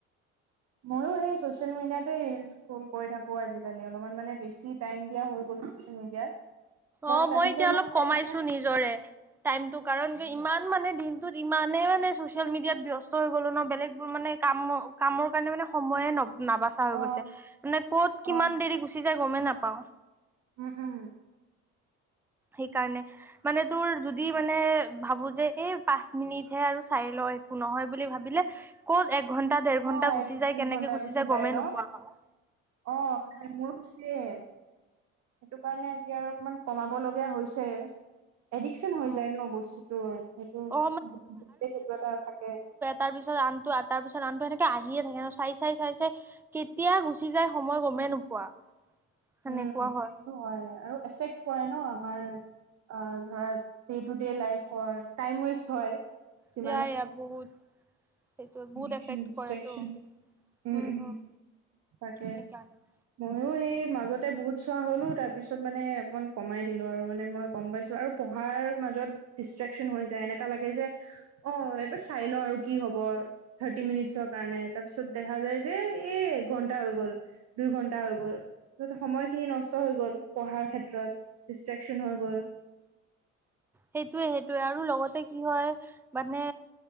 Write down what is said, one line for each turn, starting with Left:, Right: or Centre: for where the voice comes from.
Right: ময়ো সেই চ চিয়েল মিডিয়াতেই ৰিলচ ক্ৰল কৰি থাকো আজি কালি অলপমান মানে বেছি টাইম দিয়া হৈ গ'ল ছচিয়েল মিডিয়াত বাট
Centre: অ
Right: তাৰপিছত
Centre: মই এতিয়া অলপ
Right: মানে
Centre: কমাইছো
Right: মই
Centre: নিজৰে টাইমটো কাৰণ কি ইমান মানে দিন টোত ইমানে মানে চচিয়েল মিডিয়াত ব্যস্ত হৈ গ'লো ন বেলেগ বোৰ মানে কামৰ কামৰ কাৰণে মানে সময়ে ন নাবাচা হৈ
Right: অ
Centre: গৈছে মানে ক'ত
Right: অ
Centre: কিমান দেৰি গুচি যায় গমেই নাপাও
Right: উম উম
Centre: সেইকাৰণে মানে তোৰ যদি মানে ভাবো যে এই পাঁচ মিনিটহে আৰু চাই লয় একো নহয় বুলি ভাবিলে ক'ত এক ঘণ্টা দেৰ ঘণ্টা
Right: অ
Centre: গুচি
Right: এক
Centre: যায়
Right: দুই
Centre: কেনেকে
Right: ঘন্টা
Centre: গুচি যায় গমেই
Right: ন
Centre: নোপোৱা হ'
Right: অ মোৰো ত চেম সেইটো কাৰণে এতিয়া আৰু অকমান কমাব লগীয়া হৈছে এডিকচন হৈ
Centre: উম
Right: যায় ন বস্তুটোৰ সেইটো
Centre: অ
Right: সেইটো কিবা এটা থাকে
Centre: তাৰপিছত আনটো তাৰপিছত আনটো আহি থাকে আহিয়ে থাকে ন চাই চাই চাই চাই কেতিয়া গুচি যাই সময় গমেই নোপোৱা সেনেকুৱা
Right: উম সেইটো
Centre: হয়
Right: হয় আৰু এফেক্ট কৰে ন আমাৰ অ ধৰা ডে টু ডে লাইফৰ টাইম ৱেষ্ট হয় যিমানে
Centre: এতিয়া আ বহুত সেইটো বহুত
Right: এডিকচন,
Centre: এফেক্ট
Right: ডিষ্ট্ৰেকচন
Centre: কৰেতো
Right: উম
Centre: হম
Right: উম
Centre: হম
Right: তাকে
Centre: সেইকাৰণে
Right: মইয়ো সেই মাজতে বহুত চোৱা হলো তাৰ পিছত মানে অকমান কমাই দিলো আৰু মানে মই গম পাইছো আৰু পঢ়াৰ মাজত ডিষ্ট্ৰেকচন হৈ যায় এনেকা লাগে যে অ এবাৰ চাই লও আৰু কি হব থাৰ্টি মিনিটছৰ কাৰণে তাৰপিছত দেখা যায় যে এ ঘণ্টা হৈ গ'ল দুই ঘণ্টা হৈ গ'ল তো যে সময়খিনি নষ্ট হৈ গ'ল পঢ়াৰ ক্ষে ত্ৰত ডিষ্টেকচন হৈ গ'ল।
Centre: সেইটোয়ে সেইটোয়ে আৰু লগতে কি হয় মানে